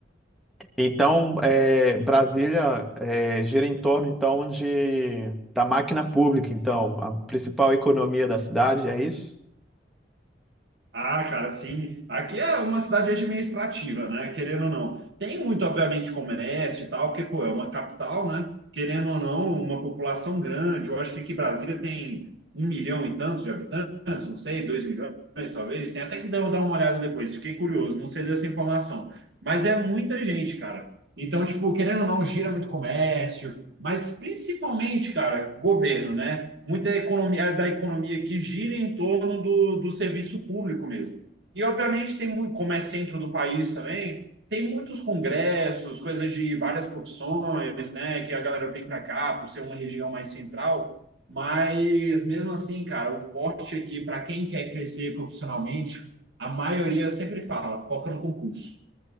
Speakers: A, in the centre; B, on the right.
A: Então, é, Brasília é, gira em torno então de da máquina pública. Então, a principal economia da cidade é isso.
B: Ah, cara, sim. Aqui é uma cidade administrativa, né? Querendo ou não. Tem muito, obviamente, comércio e tal, porque, pô, é uma capital, né? Querendo ou não, uma população grande. Eu acho que aqui Brasília tem um milhão e tantos de habitantes, não sei, dois milhões, talvez. Tem até que dar dar uma olhada depois, fiquei curioso, não sei dessa informação. Mas é muita gente, cara. Então, tipo, querendo ou não, gira muito comércio, mas principalmente, cara, governo, né? muita economia da economia que gira em torno do, do serviço público mesmo. E obviamente tem muito, como é centro do país também, tem muitos congressos, coisas de várias profissões, né, que a galera vem para cá por ser uma região mais central, mas mesmo assim, cara, o forte aqui para quem quer crescer profissionalmente, a maioria sempre fala, foca no concurso.